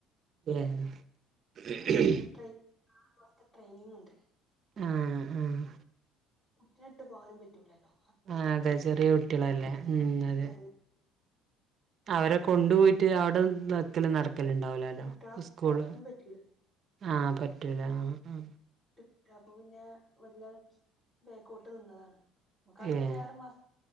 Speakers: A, on the right (about 50°); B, on the left (about 15°).
A: ഏഹ്
B: നമുക്ക് ട്രെയിൻ ആറ് മാസത്തെ ട്രെയിനിങ് ണ്ട്..
A: ആഹ് ആഹ്.
B: കുട്ടിനെട്ട് പോവാനും. പെറ്റൂലല്ലോ..
A: ആഹ് അതെ ചെറിയെ കുട്ടിളല്ലേ ഉം അതെ..
B: ചെറിയ
A: അവരെ കൊണ്ടുപോയിട്ട് അവിടെ ന്താ ക്കല്. നടക്കല ഇണ്ടാവുലാലോ.
B: കുട്ടികളെ
A: സ്കൂള്..
B: നും പറ്റൂല
A: ആഹ് പറ്റൂല ആഹ്
B: ടിപ്പ്. അപ്പൊ പിന്നെ വല്ല വേക്കോട്ട് നിന്നതാണ്.. നമുക്ക്
A: ആഹ്
B: അവിടെ പോയി
A: ഏഹ്
B: ആറ് മാസ